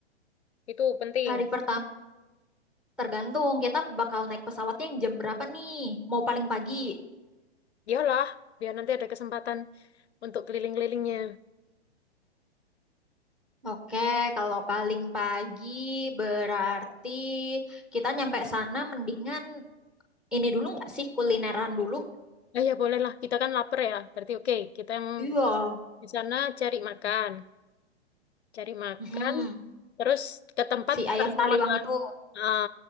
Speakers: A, on the left; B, in the centre.
A: Itu penting.
B: hari pertama tergantung kita bakal naik pesawatnya yang jam berapa nih? Mau paling pagi?
A: Iyalah, biar nanti ada kesempatan untuk keliling-kelilingnya.
B: Oke, kalau paling pagi berarti kita nyampe sana mendingan ini dulu nggak sih kulineran dulu?
A: Eh ya bolehlah, kita kan lapar ya. Berarti oke, kita yang
B: Iya.
A: Di sana cari makan, cari makan,
B: Mm-mm.
A: terus ke tempat
B: Si ayam
A: persewaan.
B: taliwang itu.
A: Ah,